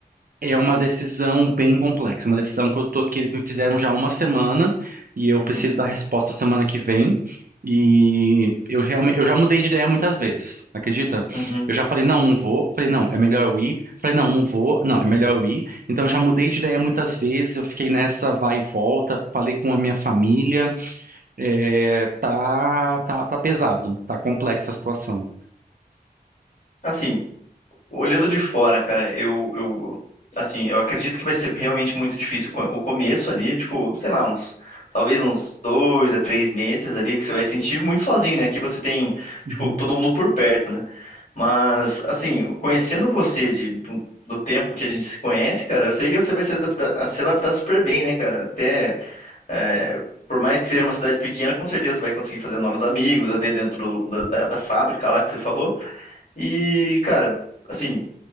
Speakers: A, on the right (about 60°); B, on the left (about 50°).
A: é uma decisão bem complexa, uma decisão que eu tô, que eles me fizeram já há uma semana e eu
B: Uhum.
A: preciso da resposta semana que vem. E eu realmente, eu já mudei de ideia muitas vezes, acredita?
B: Uhum.
A: Eu já falei, não, não vou. Falei, não, é melhor eu ir. Falei, não, não vou. Não, é melhor eu ir. Então eu já mudei de ideia muitas vezes. Eu fiquei nessa vai e volta. Falei com a minha família. É, tá, tá, tá pesado. Tá complexa a situação.
B: Assim, olhando de fora, cara, eu, eu, assim, eu acredito que vai ser realmente muito difícil co- o começo ali, tipo, sei lá, uns, talvez uns dois a três meses ali, que você vai sentir muito sozinho, né? Aqui você tem,
A: Uhum.
B: tipo, todo mundo por perto, né? Mas, assim, conhecendo você de, do, do tempo que a gente se conhece, cara, eu sei que você vai se adaptar, a se adaptar super bem, né, cara? Até, é, por mais que seja uma cidade pequena, com certeza você vai conseguir fazer novos amigos, até dentro do- da, da, da fábrica lá que você falou. E, cara, assim,